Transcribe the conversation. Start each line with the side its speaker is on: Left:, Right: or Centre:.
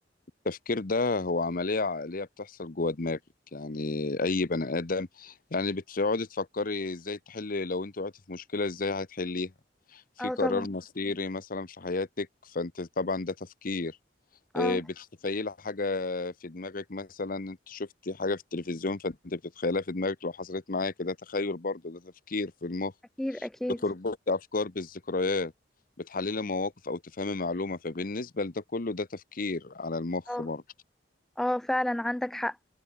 Left: التفكير ده هو عملية عقلية بتحصل جوه دماغك يعني أي بني آدم يعني بتقعدي تفكري إزاي تحلي لو أنت وقعتي في مشكلة إزاي هتحليها في
Centre: اه
Left: قرار
Centre: طبعا
Left: مصيري مثلا في حياتك فأنت طبعا ده تفكير
Centre: اه
Left: إيه، بتتخيلي حاجة في دماغك مثلا أنت شفتي حاجة في التلفزيون فأنت بتتخيلها في دماغك لو حصلت معاك ده تخيل برضه ده تفكير في المخ
Centre: أكيد أكيد
Left: بتربطي أفكار بالذكريات بتحللي مواقف أو تفهمي معلومة فبالنسبة لده كله ده تفكير على المخ
Centre: اه
Left: برضه
Centre: اه فعلا عندك حق